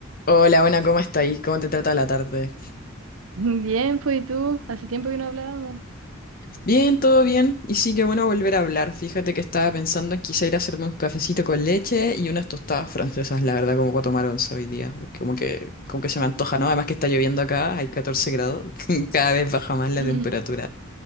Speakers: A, on the left (about 45°); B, on the right (about 70°).
A: Hola, buena, ¿cómo estáis? ¿Cómo te trata la tarde?
B: Bien, pues ¿y tú? Hace tiempo que no hablábamos.
A: Bien, todo bien. Y sí, que bueno volver a hablar. Fíjate que estaba pensando en quizá ir a hacerme un cafecito con leche y unas tostadas francesas, la verdad, como para tomar once hoy día. Como que, como que se me antoja, ¿no? Además que está lloviendo acá, hay 14 grados, <laughs> cada vez baja más la
B: <laughs>
A: temperatura.